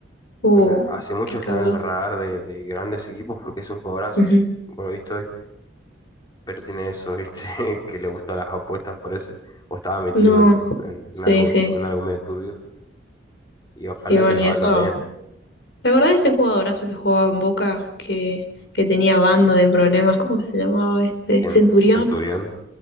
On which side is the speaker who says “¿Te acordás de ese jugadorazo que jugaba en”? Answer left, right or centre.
Left